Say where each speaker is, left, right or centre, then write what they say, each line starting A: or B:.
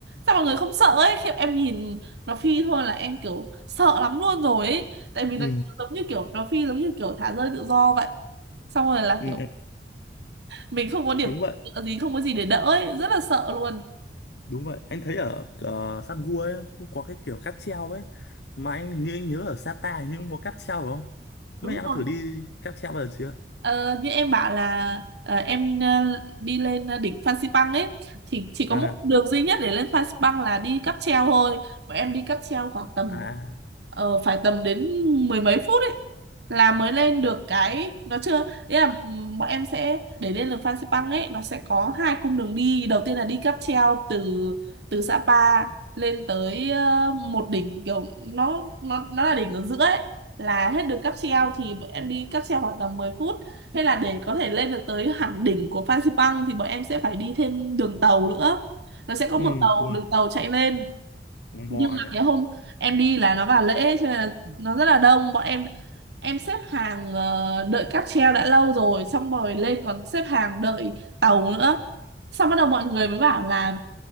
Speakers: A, on the right; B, on the left.
A: sao mọi người không sợ ấy khi em nhìn nó phi thôi là em kiểu sợ lắm luôn rồi ấy tại vì
B: ừ,
A: nó giống như kiểu nó phi giống như kiểu thả rơi tự do vậy xong rồi là
B: ừ,
A: kiểu mình không có điểm
B: đúng vậy
A: tựa gì không có gì để đỡ ấy rất là sợ luôn
B: Đúng vậy, anh thấy ở ờ, San Gua ấy, cũng có cái kiểu cáp treo ấy. Mà anh hình như anh nhớ ở Sapa hình như cũng có cáp treo phải không?
A: đúng
B: Mấy em đã
A: rồi
B: thử đi cáp treo bao giờ chưa?
A: Ờ, như em bảo là ờ, em ờ, đi lên ờ, đỉnh Phan Xipang ấy thì chỉ có
B: À,
A: một đường duy nhất để lên Phan Xipang là đi cáp treo thôi bọn em đi cáp treo khoảng tầm
B: à, à.
A: ờ, phải tầm đến mười mấy phút ấy là mới lên được cái nó chưa nghĩa là ừm, bọn em sẽ để lên được Phan Xipang ấy nó sẽ có hai cung đường đi đầu tiên là đi cáp treo từ từ Sapa lên tới ờ, một đỉnh kiểu nó nó nó là đỉnh ở giữa ấy là hết đường cáp treo thì bọn em đi cáp treo khoảng tầm mười phút hay là để có thể lên được tới hẳn đỉnh của Fansipan thì bọn em sẽ phải đi thêm đường tàu nữa. Nó sẽ có
B: ừ,
A: một tàu
B: ui,
A: đường tàu chạy lên
B: con
A: nhưng
B: bò
A: mà
B: nhỉ.
A: cái hôm em đi là nó vào lễ cho nên là nó rất là đông. Bọn em em xếp hàng ờ, đợi cáp treo đã lâu rồi xong rồi lên còn xếp hàng đợi tàu nữa. Xong bắt đầu mọi người mới bảo là